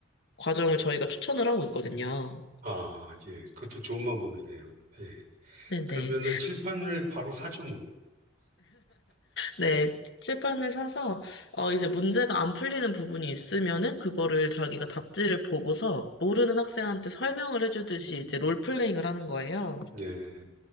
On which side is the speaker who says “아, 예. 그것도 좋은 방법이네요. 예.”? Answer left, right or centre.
Right